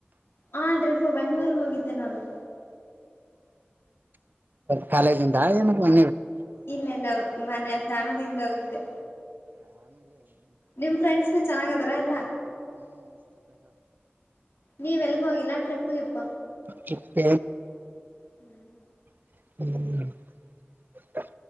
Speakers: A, on the left; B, on the right.
A: ಹಾ ಟ್ರಿಪ್ ಬೆಂಗ್ಳೂರ್ಗ್ ಹೋಗಿದ್ದೆ ನೋಡು
B: ಕಾಲೇಜಿಂದ ಏನ <unintelligible>
A: ಇಲ್ಲ ಇಲ್ಲ ಮನೆ ಫ್ಯಾಮಿಲಿಯಿಂದ ಹೋಗಿದ್ದೆ ನಿಮ್ ಫ್ರೆಂಡ್ಸ್ ಚೆನ್ನಾಗ ಅದಾರ ಎಲ್ಲ ನೀವೆ ಎಲ್ಲ ಹೋಗಿಲ್ಲಾ ಟ್ರಿಪ್ಗೆ <inaudible>
B: ಟ್ರಿಪ್
A: ಹ್ಮ್
B: ಹ್ಮ್